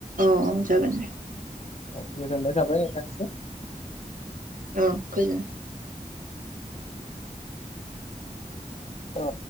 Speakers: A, on the right; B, on the left.
A: अ जागोन दे।
B: औ गोजोननाय थाबाय नोंथांनिसिम।
A: आ गोजोन
B: ओ